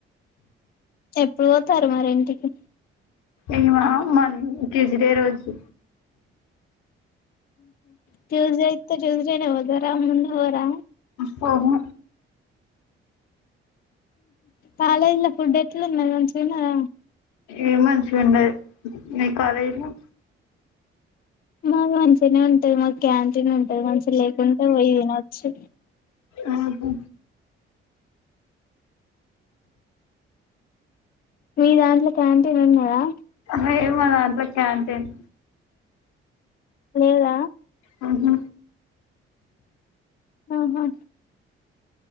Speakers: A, on the left; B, on the left.
A: ఎప్పుడు పోతారు మరి ఇంటికి.
B: ఏమొ మన ట్యూస్డే రోజు
A: ట్యూస్డే ఇతే ట్యూస్డేనే పోతరా ముందు పోరా.
B: పోము
A: కాాలేజ్ల ఫుడ్ ఎట్లుంది మంచిగుందా.
B: ఏం మంచిగుండదు, మీ కాలేజ్లో
A: మాక్ మంచిగ్నే ఉంటది మాక్ క్యాంటీన్ ఉన్ ఈ మనిషి లేకుంటే పోయి ఇనొచ్చు.
B: ఆహు
A: మీ దాంట్లో క్యాంటీన్ ఉన్న హలో
B: లేదు. మాదంట్లో క్యాంటీన్
A: ఈగ
B: హు హు
A: ఆహా